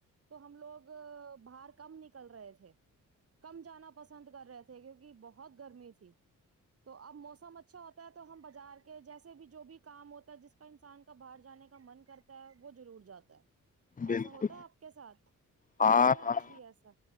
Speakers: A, on the right (about 45°); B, on the left (about 25°).
A: تو ہم لوگ باہر کم نکل رہے تھے کم جانا پسند کر رہے تھے کیونکہ بہت گرمی تھی تو اب موسم اچھا ہوتا ہے تو ہم بازار کے جیسے بھی جو بھی کام ہوتا ہے جس کا انسان کا باہر جانے کا من کرتا وہ ضرور جاتا ہے
B: بالکل
A: ایسا ہوتا آپ کے ساتھ
B: ہاں
A: کرتے ہیں
B: ہاں
A: آپ بھی ایسا